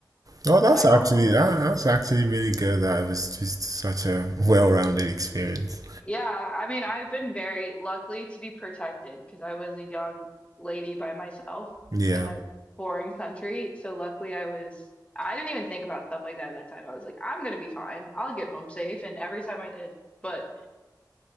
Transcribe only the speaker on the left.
why
not?
Yeah, I mean I've been very lucky to be protected because I was a young lady by myself
in a foreign country. So luckily I was I didn't even think about stuff like that at that time. I was like I'm gonna be fine. I'll get home safe and every time I did, but